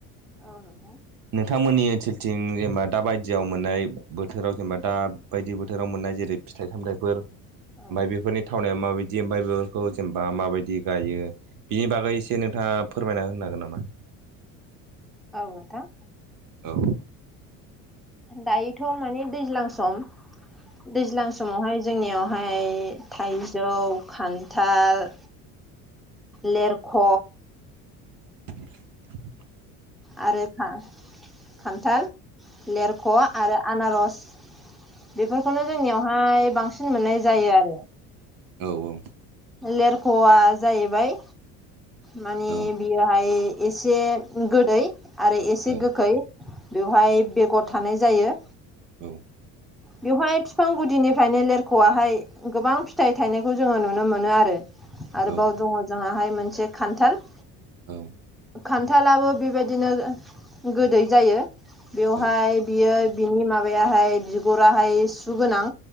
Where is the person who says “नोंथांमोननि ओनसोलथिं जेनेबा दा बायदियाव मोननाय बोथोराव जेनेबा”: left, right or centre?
Right